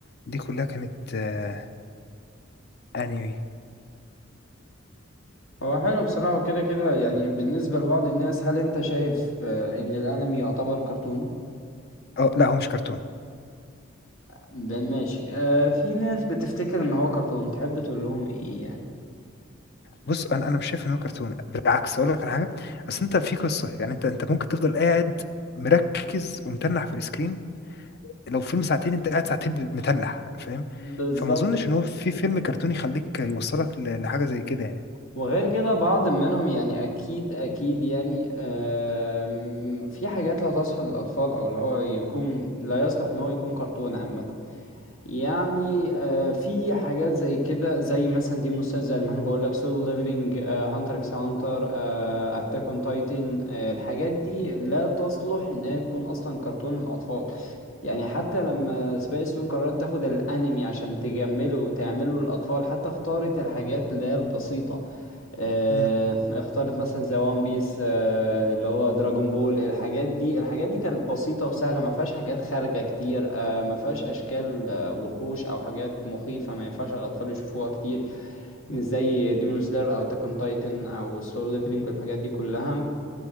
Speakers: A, on the left; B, on the left.
A: دي كلها كانت آه، انمي
B: هو حلو بصراحة كده كده يعني بالنسبة لبعض الناس هل أنت شايف آه، إن الأنمي يعتبر كرتون؟
A: اه لا هو مش كرتون
B: ب- ماشي آه في ناس بتفتكر إن هو كرتون تحب تقول لهم إيه يعني؟
A: بص انا انا مش شايف ان هو كرتون بالعكس اقول لك على حاجه اصل انت في قصه يعني انت انت ممكن تفضل قاعد مركز ومتنح في السكرين لو فيلم ساعتين انت قاعد ساعتين متنح فاهم
B: بالظبط
A: فما اظنش ان هو في فيلم كرتوني يخليك يوصلك ل- لحاجه زي كده يعني
B: وغير كده بعض منهم يعني اكيد اكيد يعني آم، في حاجات لا تصلح للاطفال او اللي هو يكون لا يصلح ان هو يكون كرتون عامه يعني آه، في حاجات زي كده زي مثلا دي مسلسل زي ما انا بقول لك سولو ليفلنج هانتر اكس هانتر اتاك اون تايتن الحاجات دي لا تصلح انها تكون اصلا كرتون للاطفال يعني حتى لما سبايس تون قررت تاخد الانمي عشان تجمله وتعمله للاطفال حتى اختارت الحاجات اللي هي البسيطة آه،
A: مم.
B: اخترت مثلا زي وان بيس آه، اللي هو دراجون بول الحاجات دي الحاجات دي كانت بسيطة وسهلة ما فيهاش حاجات خارجة كتير آه، ما فيهاش اشكال آه، وحوش او حاجات مخيفة ما ينفعش الاطفال يشوفوها كتير مش زي ديمون سلاير او تاكون تايتن او سول ليفلنج والحاجات دي كلها